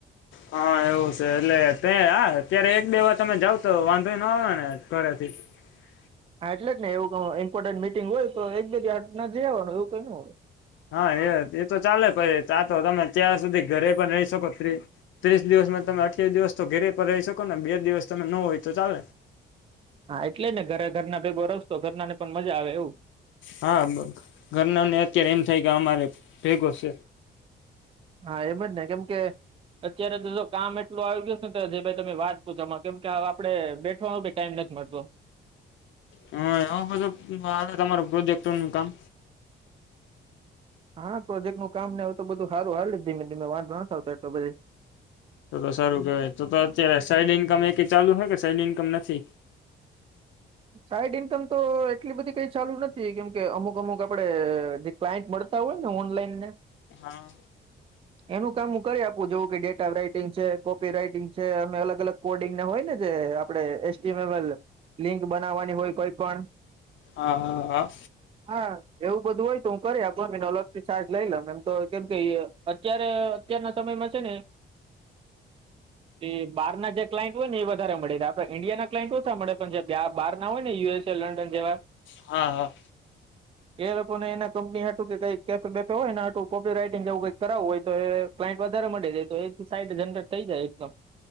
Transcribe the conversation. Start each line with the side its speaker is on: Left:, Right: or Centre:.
Left: હા એવું છે એટલે તે આ અત્યારે એક બે વાર તમે જાવ તો વાંધો ન આવે ને ઘરેથી <inaudible>
Right: હા એટલે જ ને એવું કવ ઈમ્પોર્ટન્ટ મિટિંગ હોય તો એક બી ના જઈ આવાનું એવું કઈ ન હોય
Left: હા એ એ તો ચાલે પહી તા તો રમે ત્યાર સુધી ઘરે પણ રહી શકો ત્રી ત્રીસ દિવસમાં તમે અઠ્યાવી દિવસ તો ઘેરે પર રહી શકો ને બે દિવસ તમે ન હોય તો ચાલે
Right: હા એટલે ને ઘરે ઘરના ભેગો રસતો ઘરનાને પણ મજા આવે એવું
Left: હા ઘરનાને અત્યારે એમ થાય કે અમારે ભેગો છે
Right: હા એમ જ ને કેમ કે અત્યારે તો જો કામ એટલું આવી ગયું છે ને તો જે ભાઈ તમે વાત પૂછમાં કેમ કે આપડે બેઠવાનો ભી ટાઈમ નથી મર્દો
Left: હા એ બધું તમારું પ્રોજેક્ટ નું કામ
Right: હા પ્રોજેક્ટ નું કામ ને હોય તો બધું સારું હા ધીમે ધીમે વાંધ ના થતો એટલે બધી
Left: તો તો સારું કેહેવાય તો અત્યારે સાઈડ ઈન્કમ એ ચાલુ છે કે સાઈડ ઈન્કમ નથી
Right: <inaudible> સાઈડ ઈન્કમ તો એટલી બધી કઈ ચાલુ નથી કેમકે અમુક અમુક આપડે જે ક્લાયન્ટ મળ કરતા હોય ને ઓનલાઈન ને
Left: હા.
Right: એનું કામ હું કરી આપું જોવું કે ડેટા રાઈટિંગ છે, કોપી રાઈટિંગ છે, અને અલગ અલગ કોડિંગ ને હોય ને જે એ આપણે એસ્ટિમેબલ લિંક બનાવવાની હોય કોઈ પણ
Left: હા હા હા
Right: હા એવું બધું હોય તો હું કરી આપુ અને અલગથી ચાર્જ લઈ લમ એમ તો કેમ કે અત્યારે અત્યારના સમય મજાને. એ બહાર ના જે ક્લાઇન્ટ હોય ને એ વધારે મળીને આપે ઈન્ડિયાના ક્લાઇન્ટ ઓછા મળે પણ જે આ બાહાર ના હોય ને યુએસે, લંડન જેવા
Left: હા, હા
Right: એ લોકો ને એના કંપની હતુ કે કંય કેફ બેઠ હોય ને આટું કોપી રાઈટંગ જેવુ કઈક કરાવવું હોય તો એ ક્લાઈન્ટ વધારે મળે જાય તો એથી સાઈ જનરેટ થઈ જાય એકદમ